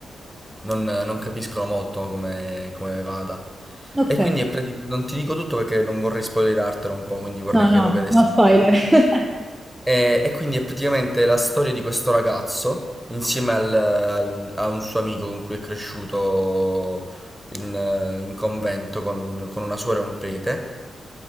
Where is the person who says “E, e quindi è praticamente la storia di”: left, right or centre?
Centre